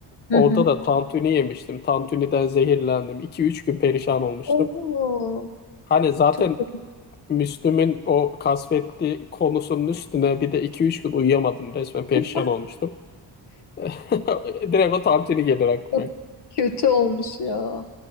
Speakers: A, on the left; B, on the left.
A: hı
B: Orada
A: hı.
B: da tantuni yemiştim. Tantuni'den zehirlendim. iki üç gün perişan olmuştum.
A: Oo,
B: Hani zaten
A: çok kötü.
B: Müslüm'ün o kasvetli konusunun üstüne bir de iki üç gün uyuyamadım. Resmen perişan
A: <laughs>
B: olmuştum. <laughs> Direkt o tantuni gelir aklıma.
A: Çok kötü olmuş ya.